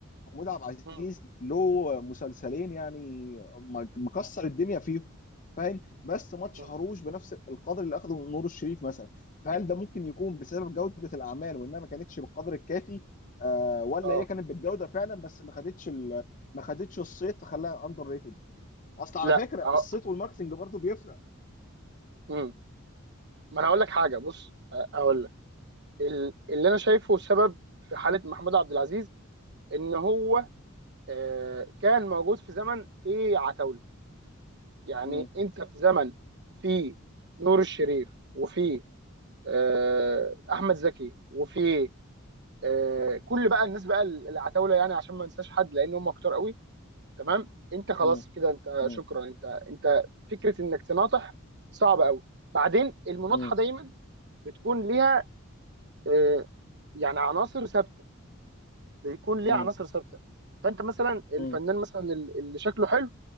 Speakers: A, on the left; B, on the right.
A: محمود عبد العزيز
B: مم.
A: له مسلسلين يعني مكسر الدنيا فيهم فاهم بس ما اتشهروش
B: مم.
A: بنفس القدر اللي اخده من نور الشريف مثلا فهل ده ممكن يكون بسبب جودة الاعمال وانها ما كانتش بالقدر الكافي آه ولا
B: اه
A: هي كانت بالجودة فعلا بس ما خدتش ال... ما خدتش الصيت فخلاها اندر ريتد اصل على
B: لا
A: فكرة
B: اه
A: الصيت والماركتنج برضو بيفرق
B: مم. ما انا هقول لك حاجه بص أ- هقول لك ال- اللي انا شايفه سبب في حاله محمود عبد العزيز ان هو آه، كان موجود في زمن في عتاوله يعني
A: مم.
B: انت في زمن في نور الشريف وفي آه، احمد زكي وفي آه، كل بقى الناس بقى العتاوله يعني عشان ما ننساش حد لان هم كتار قوي تمام انت خلاص
A: مم.
B: كده انت
A: مم.
B: شكرا انت انت فكره انك تناطح صعب قوي بعدين المناطحه
A: مم.
B: دايما بتكون ليها آه، يعني عناصر ثابته بيكون ليها
A: مم.
B: عناصر ثابته فانت مثلا الفنان
A: مم.
B: مثلا ال- اللي شكله حلو